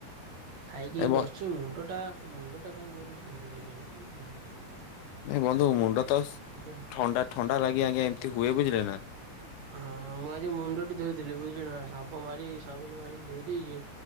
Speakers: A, on the right; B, on the left.
A: ଖାଇକି
B: ଏ
A: ବସିଛି ମୁଣ୍ଡ ଟା ମୁଣ୍ଡ ଟା କାଇଁ ଜୋରେ ବିନ୍ଧୁଛି ଖାଲି ମୁଁ <unintelligible>
B: ନାଇଁ ବନ୍ଧୁ ମୁଣ୍ଡ ତ
A: ଆଉ।
B: ଥଣ୍ଡା ଥଣ୍ଡା ଲାଗି ଆଜ୍ଞା ଏମିତି ହୁଏ ବୁଝିଲେ ନା।
A: ହଁ ମୁଁ ଆଜି ମୁଣ୍ଡ ଟି ଧୋଇଦେଲି ବୁଝିଲେ ନା ସାମ୍ପ ମାରି ସାବୁନୁ ମାରି ଧୋଇ ଦେଇଛି।